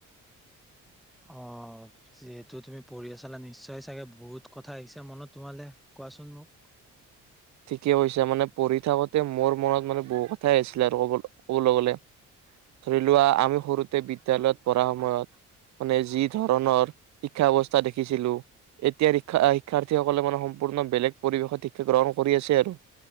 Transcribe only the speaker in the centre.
অ যিহেতু তুমি পঢ়ি ছালা নিশ্চয় চাগে বহুত কথা আহিছে মনত তোমালে কোৱাচোন মোক